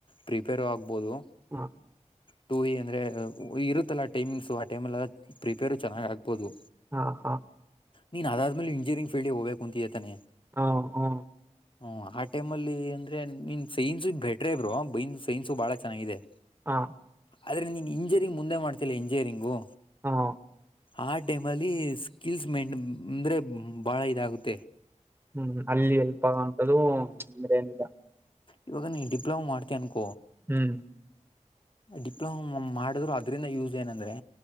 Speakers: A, on the left; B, on the right.
A: ಪ್ರಿಪೇರ್ ಆಗ್ಬಹುದು
B: ಹಾ
A: ಟು ಇ ಅಂದ್ರೆ ಇರುತ್ತಲ್ಲಾ ಟೈಮಿಂಗ್ಸು ಆ ಟೈಮ್ ಪ್ರಿಪೇರ್ ಚೆನ್ನಾಗ ಆಗ್ ಬಹದು
B: ಹಾ ಹಾ
A: ನೀನ್ ಅದಾದ್ಮೇಲೆ ಇಂಜಿನಿಯರಿಂಗ್ ಫೀಲ್ಡ್ಗೆ ಹೋಗ್ಬೇಕು ಅಂತೀದಿಯಾ ತಾನೆ
B: ಹಾ ಹ್ಮ
A: ಹ್ಮ ಆ ಟೈಮ್ ಅಲ್ಲಿ ಅಂದ್ರೆ ನಿನ್ ಸೈನ್ಸು ಬೆಟ್ರೆ ಬರು ಬೈ ಸೈನ್ಸು ಬಾಳ ಚೆನ್ನಾಗಿದೆ
B: ಹಾ
A: ಆದರೆ ನೀನು ಇಂಜಿನಿಯರಿಂಗ್ ಮುಂದೆ ಮಾಡ್ತಿಲ್ಲ ಇಂಜಿನಿಯರಿಂಗೂ
B: ಹಾ
A: ಆ ಟೈಮ್ ಅಲ್ಲಿ ಸ್ಕಿಲ್ಸ್ ಮೆನ್ ಅಂದ್ರೆ ಬಾಳ ಇದಾಗುತ್ತೆ
B: ಹ್ಮ್ ಅಲ್ಲಿ ಎಲ್ಪ ಅಂತ್ದುಿಲ್ಲ <unintelligible>
A: ಇವ ನೀನ್ ಡಿಪ್ಲೊಮ ಮಾಡ ಅಕೋ
B: ಹ್ಮ್
A: ಡಿಪ್ಲೊಮ ಮಾಡಿದ್ರು ಅದ್ರಿಂದ ಯೂಸ್ ಏನಂದ್ರೆ